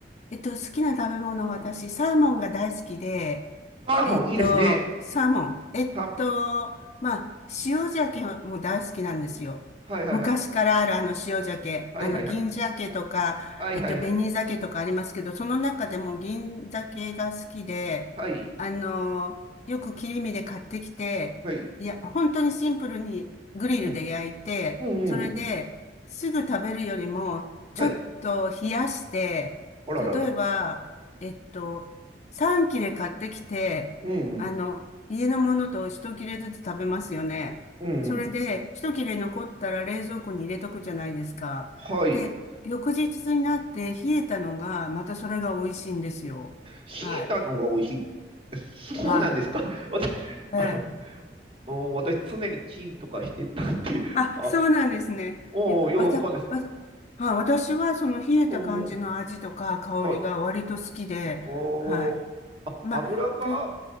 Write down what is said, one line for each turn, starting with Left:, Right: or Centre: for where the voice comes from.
Left: えっと、好きな食べ物は私、
Right: うん
Left: サーモンが大好きで、
Right: サーモンいいですね。
Left: えっと、サーモン。えっと、
Right: サーモン。
Left: まあ、塩鮭も大好きなんですよ。
Right: はいはいはい。
Left: 昔からあるあの塩鮭、
Right: はいはいはい。
Left: あの銀鮭とか、
Right: はいはいはい。
Left: えっと、紅鮭とかありますけど、その中でも銀鮭が好きで、
Right: はい。
Left: あの、よく切り身で買ってきて、
Right: はい。
Left: いや、本当にシンプルにグリルで焼いて、
Right: うん。うんうん。
Left: それですぐ食べるよりも、ちょっと冷やして、
Right: はい。あららら。
Left: 例えば、えっと、3切れ買ってきて、
Right: うんうん。
Left: あの、家のものと一切れずつ食べますよね。
Right: うんうん。
Left: それで、一切れ残ったら冷蔵庫に入れとくじゃないですか。
Right: はい。
Left: で、翌日になって冷えたのが、またそれが美味しいんですよ。
Right: ひいたのが美味しい。
Left: はい。
Right: そうなんですか
Left: はい。
Right: <laughs> 私、
Left: ええ。
Right: あれ、うん私常にチンとかしてたんで、
Left: あ、
Right: あ、
Left: そうなんですね。
Right: おお、
Left: いや、
Right: ようわかんないです。
Left: わた、わた、はい、私はその冷えた感じの味とか香りが割と好きで、
Right: おーはい。おーあ、
Left: はい。まあ、
Right: 油が、
Left: た、